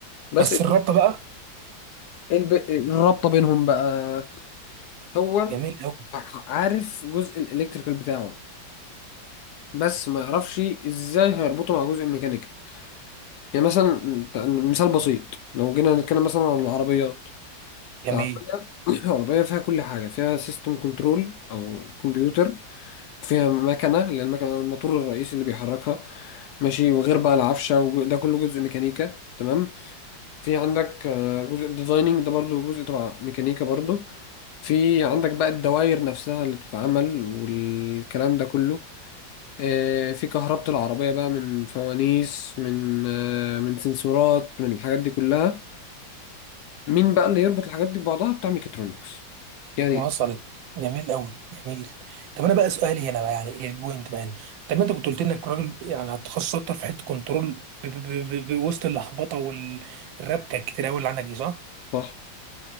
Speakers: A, on the left; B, on the right.
A: بس
B: بس الرابطه بقى
A: الب... الرابطة بينهم بقى هو
B: جميل قوي
A: عارف جزء الالكتريكال بتاعه بس ما يعرفش ازاي هيربطه مع جزء الميكانيكال يعني مثلا ت- مثال بسيط لو جينا نتكلم مثلا عن العربيات
B: جميل
A: العربية <coughs> <clears throat> العربية فيها كل حاجة فيها سيستم كنترول أو كمبيوتر فيها مكنة اللي هي المكنة الموتور الرئيسي اللي بيحركها ماشي وغير بقى العفشة وده كله جزء ميكانيكا تمام في عندك آه، جزء ديزايننج ده برضو جزء تبع ميكانيكا برضو في عندك بقى الدواير نفسها اللي بتتعمل والكلام ده كله آه، في كهربة العربية بقى من فوانيس من آه، من سنسورات من الحاجات دي كلها مين بقى اللي يربط الحاجات دي ببعضها بتاع ميكاترونكس يعني
B: وصلت جميل قوي جميل طب انا بقى سؤالي هنا بقى يعني ايه البوينت بقى هنا طب ما انت كنت قلت انك راجل يعني هتخصص اكتر في حته كنترول ب- ب- ب- ب- وسط اللخبطه والربكه الكتير قوي اللي عندك دي صح
A: صح